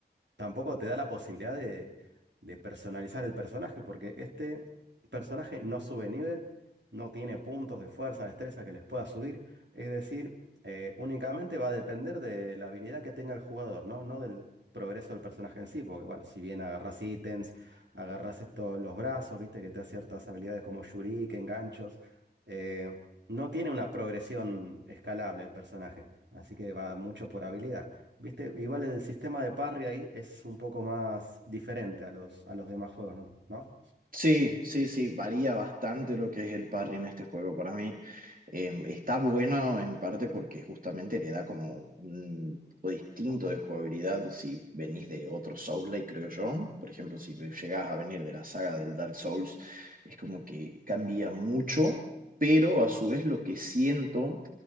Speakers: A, on the right (about 85°); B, on the right (about 50°).
A: tampoco te da la posibilidad de, de personalizar el personaje, porque este personaje no sube nivel, no tiene puntos de fuerza, destreza que les pueda subir, es decir, eh, únicamente va a depender de la habilidad que tenga el jugador, ¿no? No del progreso del personaje en sí, porque bueno, si bien agarras ítems, agarras esto, los brazos, viste que te da ciertas habilidades como shuriken, ganchos, eh, no tiene una progresión escalable el personaje, así que va mucho por habilidad. ¿Viste? Igual el sistema de parry ahí es un poco más diferente a los, a los demás juegos, ¿no? ¿No?
B: Sí, sí, sí, varía bastante lo que es el parry en este juego. Para mí eh, está bueno en parte porque justamente le da como un tipo distinto de jugabilidad si venís de otro Souls-like, creo yo. Por ejemplo, si llegás a venir de la saga del Dark Souls, es como que cambia mucho, pero a su vez lo que siento